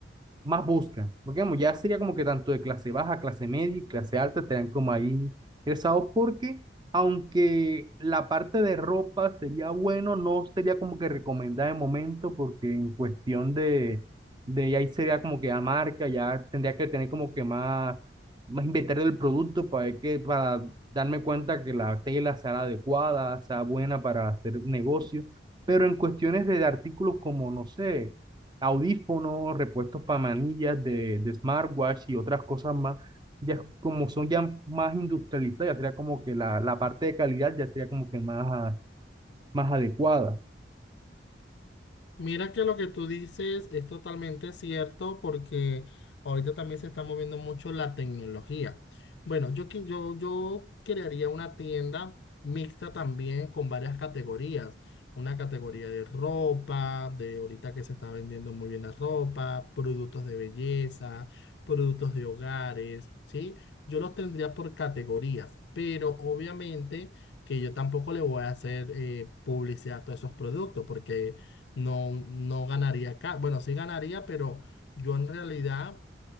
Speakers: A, on the right; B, on the left.
A: más buscan. Porque digamos, ya sería como que tanto de clase baja, clase media y clase alta estarían como ahí interesados porque aunque la parte de ropa sería bueno, no sería como que recomendada de momento porque en cuestión de, de ahí sería como que la marca, ya tendría que tener como que más, más inventario del producto para ver que, para darme cuenta que la tela sea adecuada, sea buena para hacer negocio. Pero en cuestiones de artículos como, no sé, audífonos, repuestos para manillas de, de smartwatch y otras cosas más, ya como son ya más industrializadas, ya sería como que la, la parte de calidad ya sería como que más, a- más adecuada.
B: Mira que lo que tú dices es totalmente cierto porque ahorita también se está moviendo mucho la tecnología. Bueno, yo, qui- yo, yo crearía una tienda mixta también con varias categorías. Una categoría de ropa, de ahorita que se está vendiendo muy bien la ropa, productos de belleza, productos de hogares, ¿sí? Yo los tendría por categorías, pero obviamente que yo tampoco le voy a hacer eh, publicidad a todos esos productos porque no, no ganaría acá. Bueno, sí ganaría, pero yo en realidad